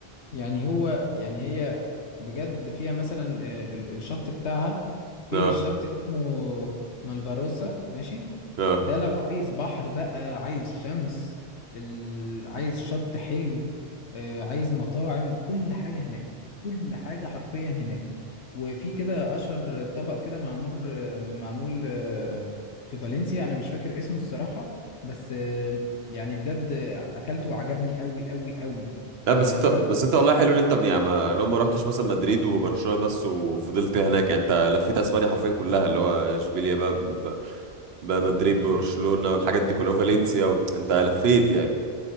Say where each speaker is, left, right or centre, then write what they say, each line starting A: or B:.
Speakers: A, on the left (about 80°); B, on the right (about 70°).
A: يعني هو يعني هي بجد فيها مثلا آه، ال- الشط بتاعها في
B: اه
A: شط اسمه مالفاروسا ماشي
B: اه
A: ده لو عايز بحر بقى عايز شمس ال... عايز شط حلو آه، عايز مطاعم كل حاجة هناك كل حاجة حرفيا هناك وفي كده أشهر طبق كده معمول معمول آه، في فالنسيا أنا مش فاكر اسمه الصراحة بس آه، يعني بجد أكلته وعجبني أوي أوي أوي فجرب
B: لا بس انت بس انت والله حلو ان انت يعني ما لو ما رحتش مثلا مدريد وبرشلونه بس وفضلت هناك يعني انت لفيت اسبانيا حرفيا كلها اللي هو اشبيليا بقى ب- بقى مدريد برشلونه والحاجات دي كلها وفالنسيا و... انت لفيت يعني